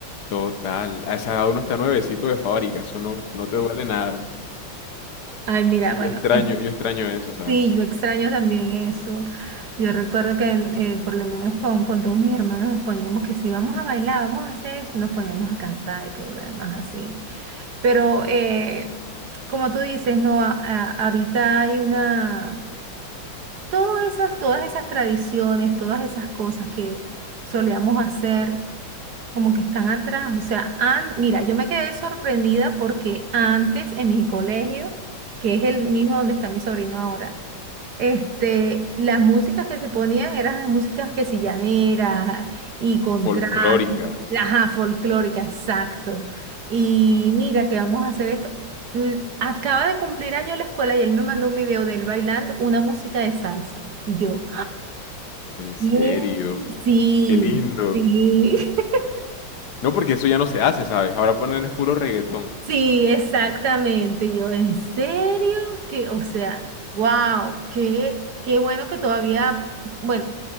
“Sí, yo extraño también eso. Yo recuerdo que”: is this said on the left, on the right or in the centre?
Right